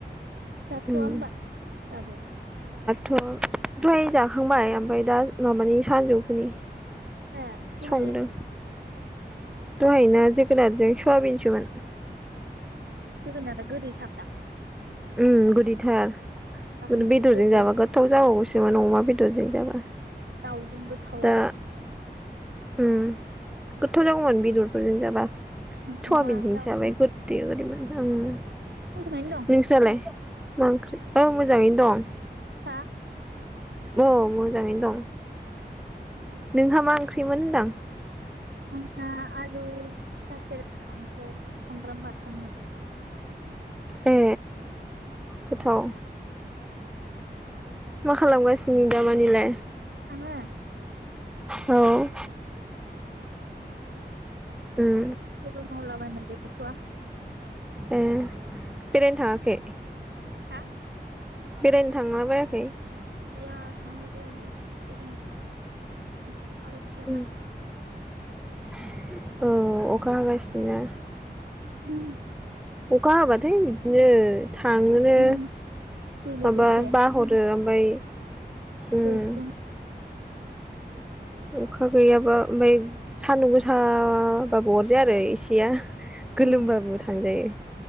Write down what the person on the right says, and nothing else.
दाथया
होमबा दाबो
ए दहायलाय
जोगोनारा गोदै साबदां?
आं बिदि
गोदै
दउजोंबो गोथाव
अमा दाउ
मोजाङैनो
हा?
जोना आलु थथा केेरेला ओमफ्राय सामब्राम बाथोन।
आङो?
जेबो मावला बायनाय गै थवा
हा?
गैया थांङाखै जेरावबो बेरायनो। अखा बोथोरना
<unintelligible>
उम दैलो
दैथाया
दैख्लुं
उम